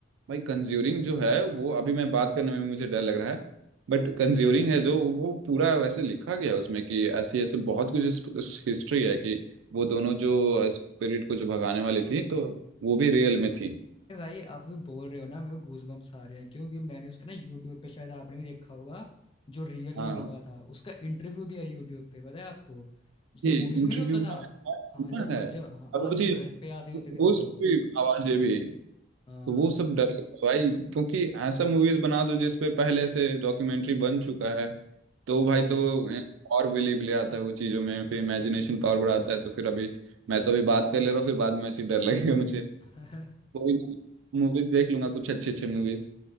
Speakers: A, on the right; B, on the left.
A: भाई कंज्यूरिंग जो है वो अभी मैं बात करने में भी मुझे डर लग रहा है बट कंज्यूरिंग है जो वो पूरा वैसे लिखा गया है उसमें कि ऐसी ऐसे बहुत कुछ हिस्ट्री है कि वो दोनों जो स्पिरिट को जो भगाने वाली थी तो वो भी रियल में थी
B: अरे भाई आप भी बोल रहे हो ना मेरे को गूजबम्प्स आ रहे हैं क्योंकि मैंने उसका ना यूट्यूब पे शायद आपने भी देखा होगा जो रियल
A: हाँ
B: में हुआ था उसका इंटरव्यू भी है यूट्यूब पे पता है आपको जैसे
A: ये
B: मूवीज
A: इंटरव्यू
B: में नहीं होता
A: में
B: था
A: मैंने सुना
B: हाँ जब
A: है
B: जब हाँ
A: अब
B: हाँ,
A: मुझे
B: जब घर पे आते होते थे वो
A: वो
B: लोग
A: सब की आवाज ये भी
B: हाँ
A: तो वो सब डर लगता है भाई क्योंकि ऐसा मूवीज बना दो जिसपे पहले से डॉक्यूमेंट्री बन चुका है तो
B: हम्म
A: भाई तो ए, और बिलीव ले आता है वो चीजों में फिर इमेजिनेशन पावर बढ़ाता है तो फिर अभी मैं तो अभी बात कर ले रहा हूँ फिर बाद में ऐसी डर लगेगा मुझे
B: <laughs>
A: कोई मूवीज देख लूंगा कुछ अच्छे अच्छे मूवीज